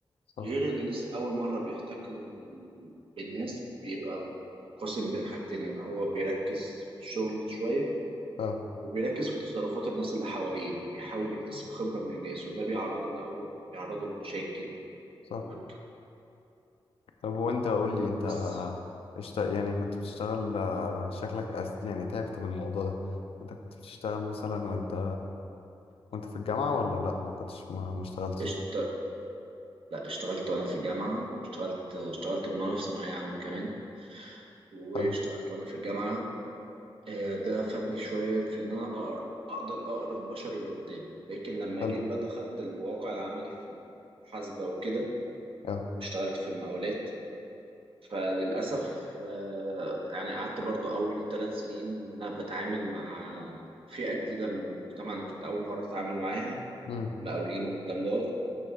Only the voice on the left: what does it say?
صح
اه
صح
طب وانت قول
لي انت
اشت... يعني كنت بتشتغل آه، شكلك أس... يعني تعبت من الموضوع ده انت كنت بتشتغل مثلا وانت وانت في الجامعة ولا لا ما كنتش ما, ما اشتغلتش
حلو
حلو
اه
امم